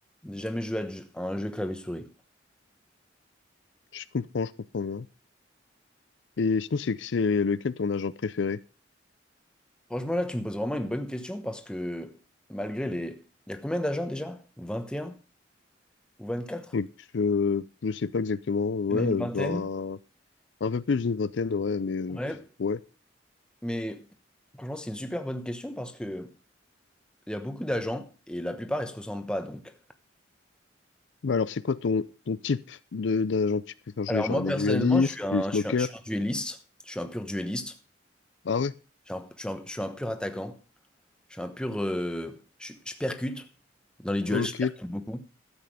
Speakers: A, in the centre; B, on the left.
A: J'ai jamais joué à ju- à un jeu clavier-souris.
B: Je comprends, je comprends bien. Et sinon, c'est c'est lequel ton agent préféré?
A: Franchement, là, tu me poses vraiment une bonne question parce que malgré les... Il y a combien d'agents déjà? 21 ou 24?
B: Donc, je, je sais pas exactement. Ouais,
A: Il y en
B: euh,
A: a une vingtaine.
B: ben, un peu plus d'une vingtaine, ouais, mais euh,
A: Ouais.
B: ouais.
A: Mais franchement, c'est une super bonne question parce que il y a beaucoup d'agents et la plupart, ils se ressemblent pas. Donc...
B: Bah alors, c'est quoi ton, ton type de d'agent que tu préfères jouer?
A: Alors
B: Genre
A: moi,
B: des
A: personnellement,
B: dualistes,
A: je suis un,
B: des smokers?
A: je suis un, je suis un duelliste. Je suis un pur duelliste.
B: Ah ouais?
A: Je suis un, je suis un- je suis un pur attaquant. Je suis un pur. euh, je, je percute dans les duels,
B: Ok,
A: je percute beaucoup.